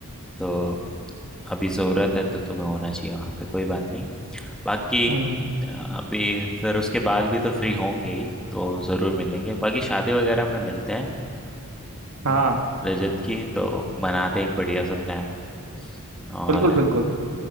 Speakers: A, in the centre; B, on the right (about 75°).
A: तो अभी ज़रूरत है तो तुम्हें होना चाहिए वहाँ पे कोई बात नहीं बाकी
B: हम्म
A: अ, अभी फिर उसके बाद भी तो फ्री होंगे ही तो ज़रूर मिलेंगे बाकी शादी वगैरह में मिलते हैं
B: हाँ
A: हाँ, रजत की तो बनाते हैं एक बढ़िया सा प्लान और
B: बिल्कुल बिल्कुल